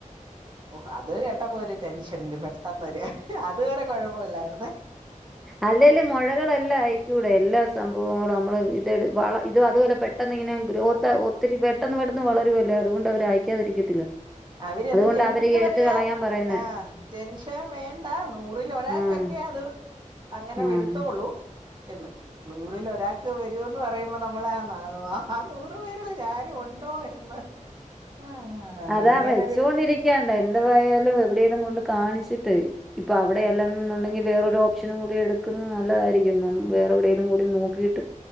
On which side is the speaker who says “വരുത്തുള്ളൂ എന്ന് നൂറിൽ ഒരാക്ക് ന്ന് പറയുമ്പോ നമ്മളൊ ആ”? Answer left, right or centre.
Right